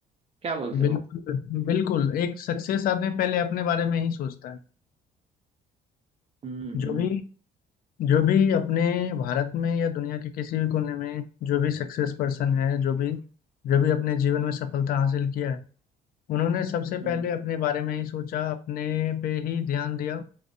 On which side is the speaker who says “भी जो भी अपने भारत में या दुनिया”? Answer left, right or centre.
Left